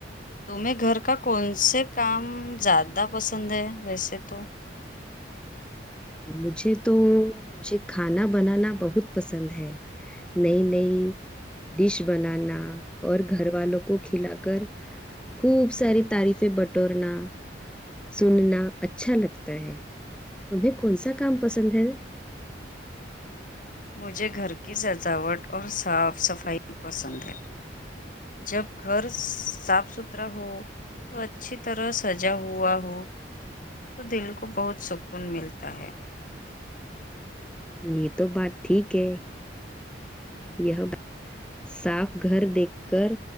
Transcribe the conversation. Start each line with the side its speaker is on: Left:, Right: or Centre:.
Left: تمہیں گھر کا کون سے کام زیادہ پسند ہے ویسے تو
Centre: مجھے تو مجھے کھانا بنانا بہت پسند ہے نہیں نہیں ڈش بنانا اور گھر والوں کو کھلا کر خوب ساری تعریفیں بٹورنا سننا اچھا لگتا ہے تمہیں کون سا کام پسند ہے
Left: مجھے گھر کی سجاوٹ اور صاف صفائی پسند ہے جب گھر صاف ستھرا ہو تو اچھی طرح سجا ہوا ہو تو دل کو بہت سکون ملتا ہے
Centre: یہ تو بات ٹھیک ہے یہ صاف گھر دیکھ کر